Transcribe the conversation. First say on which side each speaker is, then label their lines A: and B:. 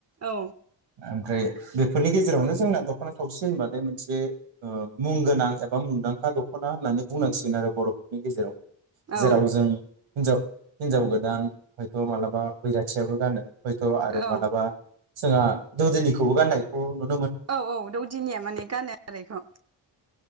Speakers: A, on the right; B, on the right.
A: औ।
B: जायगा ओमफ्राय बेफोरनि गेजेरावनो जोंना दख'ना थावसि होनबाथाय मोनसे ओ मुं गोनां एबा मुंदांखा दख'ना होननानै बुंनांसिगोन आरो बर'फोरनि गेजेराव
A: औ
B: जेराव जों हिनजाव हिनजाव गो दान हयथ' मालाबा बैराथियाबो गानो। हयथ' आरो
A: औ
B: मालाबा जोंहा दौदोनिखौबो गाननायखौ नु
A: औ औ दौदिनिया माने गानो आरो इखौ